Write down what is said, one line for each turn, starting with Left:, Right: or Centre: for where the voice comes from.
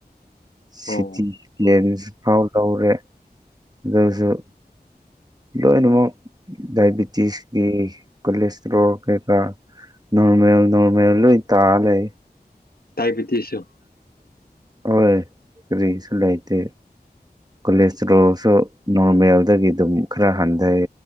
Right: ꯁꯤꯇꯤ
Left: ꯑꯣ
Right: ꯂꯦꯟꯁ ꯐꯥꯎ ꯂꯧꯔꯦ ꯑꯗꯨꯁꯨ ꯂꯣꯏꯅꯃꯛ ꯗꯥꯏꯕꯤꯇꯤꯁꯀꯤ ꯀꯣꯂꯦꯁꯇ꯭ꯔꯣꯜ ꯀꯩꯀꯥ ꯅꯣꯔꯃꯦꯜ ꯅꯣꯔꯃꯦꯜ ꯂꯣꯏ ꯇꯥꯂꯩ
Left: ꯗꯥꯏꯕꯤꯇꯤꯁꯁꯨ
Right: ꯍꯣꯏ ꯀꯔꯤꯁꯨ
Left: ꯎꯝ
Right: ꯂꯩꯇꯦ ꯀꯣꯂꯦꯁꯇ꯭ꯔꯣꯜꯁꯨ ꯅꯣꯔꯃꯦꯜꯗꯒꯤ ꯑꯗꯨꯝ ꯈꯔ ꯍꯟꯗꯩ